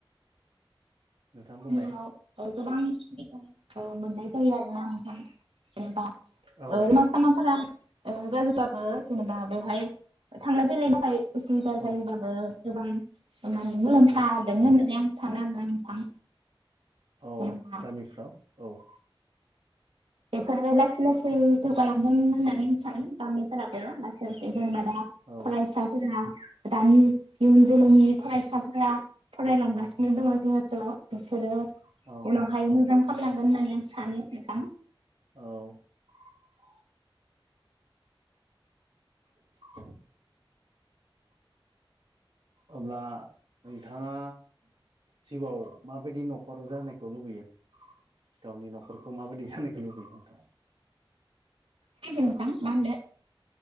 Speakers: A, on the right (about 65°); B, on the right (about 85°).
A: नोंथां
B: गामियाव
A: बुंलाय
B: ओ गोबां औ मोननाय जायो आरोना नोंथां एबा
A: औ
B: ऐ
A: औ
B: मसलमनफोरा ओ गाज्रिबाबो जेनेबा बेवहाय थांलाय फैलायनि थाखाय जुदा
A: औ
B: जायोबाबो गोबां <unintelligible> माय मुलाम्फादोंनो
A: औ
B: नुनाय आं सानाबा नोंथां
A: औ
B: जेनेबा
A: गामिफ्राव औ
B: बेफोरो लासै लासै जौगालांगोन होननानै सानो गामिफोराबो लासै जेनेबा दा
A: औ
B: फरायसाफोरा दानि इयुन जोलैनि फरायसाफोरा फरायलांगासिनो दङ जिहुत बिसोरो
A: औ
B: उनावहाय मोजां फामलांगोन होननानै आं सानै साथाम
A: औ <unintelligible> <inaudible> अब्ला नोंथां नोंथाङा जिउआव माबायदि न'खर जानायखौ लुबैयो गावनि न'खरखौ माबायदि जानायखौ लुबैयो नोंथाङा
B: आनदि नोंथां मा होनदो